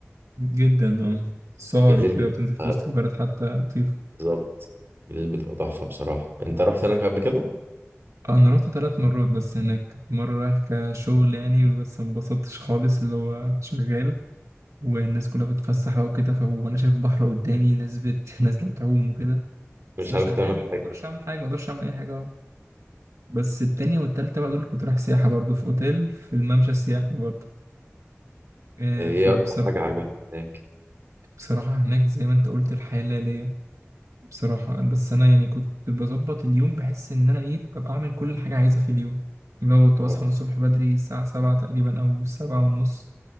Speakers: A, on the right; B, on the right.
A: جدا اه سهر
B: الليل
A: وكده
B: بتاعها
A: وتنزل في وسط البلد حتى لطيفه
B: بالظبط الليل بتبقى تحفة بصراحة انت رحت هناك قبل كده؟
A: اه انا رحت ثلاث مرات بس هناك مره رايح كشغل يعني بس ما انبسطتش خالص اللي هو شغال والناس كلها بتتفسح بقى وكده ف- وانا شايف بحر قدامي ناس بت... <laughs> نازله تعوم وكده
B: مش
A: بس انا
B: عارف
A: شغال
B: تعمل حاجة
A: ما اقدرش اعمل حاجه ما اقدرش اعمل اي حاجه اهو بس التانية والتالتة بقى دول كنت رايح سياحه برضه في اوتيل في الممشى السياحي برضه آه،
B: ايه
A: فبصراحه
B: اكتر حاجة عجبتك هناك؟
A: بصراحه هناك زي ما انت قلت الحياه الليليه بصراحه بس انا يعني كنت بظبط اليوم بحس ان انا ايه ببقى اعمل كل حاجه عايزها في اليوم لو كنت
B: اه
A: بصحى من الصبح بدري الساعه 7 تقريبا او 7 ونص